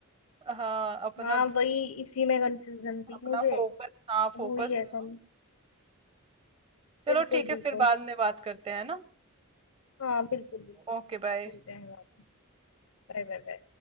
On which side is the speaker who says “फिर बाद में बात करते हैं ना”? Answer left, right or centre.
Right